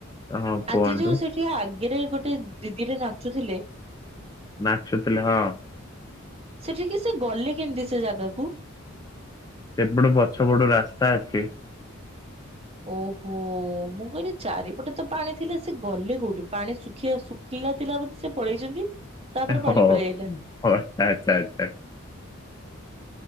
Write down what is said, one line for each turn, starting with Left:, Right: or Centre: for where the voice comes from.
Left: ହଁ କୁହନ୍ତୁ
Right: ଆଜି ଯୋଉ ସେଠି ଠି ଆଗରେ ଗୋଟେ ଦିଦିଟେ ନାଚୁଥିଲେ
Left: ନାଚୁଥିଲେ ହଁ।
Right: ସେଠିକି ସେ ଗଲେ କେମିତି ସେ ଜାଗାକୁ?
Left: ସେପଟେ ପଛ ପଟୁ ରାସ୍ତା ଅଛି।
Right: ଓହୋ ମୁଁ କହିଲି ଚାରିପଟେ ତ ପାଣି ଥିଲା ସେ ଗଲେ କୋଉଠି ପାଣି ଶୁଖିବା ସୁଖ ଖିଲା ଥିଲା ବୋଧ ସେ ପଳେଇଛନ୍ତି ତାପରେ
Left: ହଁ
Right: ପାଣି ପଳେଆଇଲା।
Left: ହଁ ଆଛା ଆଛା ଆଛା।